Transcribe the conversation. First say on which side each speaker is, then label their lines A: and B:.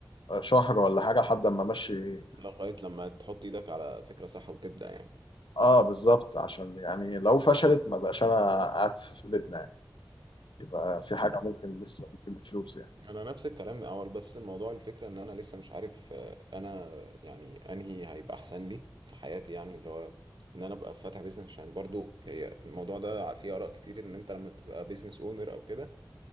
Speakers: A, on the left; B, on the right.
A: آه، شهر ولا حاجه لحد اما امشي
B: لغايه لما تحط ايدك على فكره صح وتبدأ يعني
A: اه بالظبط عشان يعني لو فشلت ما بقاش انا قاعد في في بيتنا يعني يبقى في حاجه ممكن لسه ممكن بفلوس يعني
B: انا نفس الكلام اول بس الموضوع الفكره ان انا لسه مش عارف آه، انا يعني انهي هيبقى احسن لي في حياتي يعني اللي هو ان انا ابقى فاتح بيزنس عشان برضو هي الموضوع ده فيه اراء كتير ان انت لما تبقى بيزنس اونر او كده